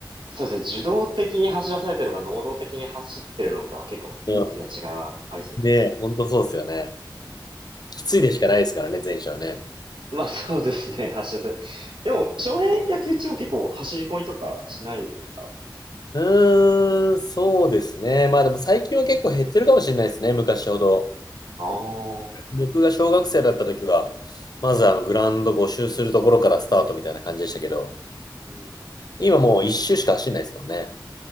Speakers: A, on the right; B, on the left.
A: そうですね。受動的に走らされてるのか、能動的に走ってるのかは結構大きな違いはありそうですね。
B: うん。ね、本当そうですよね。きついでしかないですからね、前者はね。
A: まあそうですね。<laughs> 走らせ、でも、少年野球中は結構走り込みとかしないですか
B: うーん、そうですね。まあでも最近は結構減ってるかもしれないですね、昔ほど。
A: ああー、
B: 僕が小学生だった時は、まずあのグラウンド募周するところからスタートみたいな感じでしたけど、
A: うん。
B: 今もう一周しか走んないですもんね。